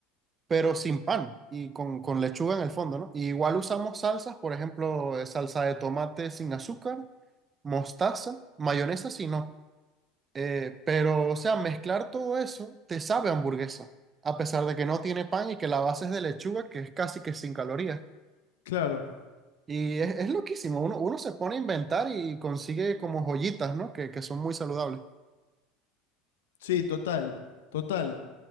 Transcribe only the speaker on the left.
claro.
Sí, total, total.